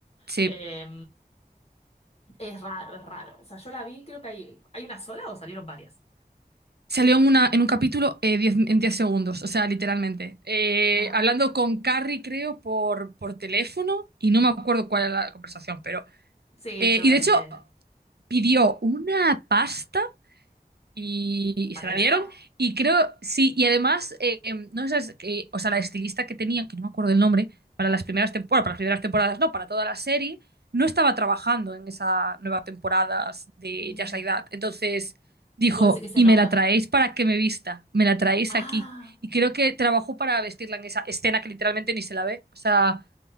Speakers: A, on the right; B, on the left.
A: sí.
B: eh, Es raro, es raro. O sea, yo la vi, creo que hay, ¿hay una sola o salieron varias?
A: Salió en, una, en un capítulo eh, 10 en 10 segundos, o sea, literalmente. Eh,
B: Ah,
A: hablando con Carrie, creo, por, por teléfono, y no me acuerdo cuál era la conversación, pero...
B: Sí,
A: eh,
B: seguramente.
A: y de hecho, pidió una pasta Y, y
B: ¿Para
A: se la
B: eso?
A: dieron. Y creo, sí, y además, eh, em, no sé, que, o sea, la estilista que tenían, que no me acuerdo el nombre, para las primeras temporadas, para las primeras temporadas, no, para toda la serie, no estaba trabajando en esa nueva temporada de
B: mm,
A: Just Like That. Entonces dijo,
B: Vos decís que se
A: y
B: nota.
A: me la traéis para que me vista, me la traéis
B: Ah,
A: aquí. Y creo que trabajó para vestirla en esa escena que literalmente ni se la ve. O sea,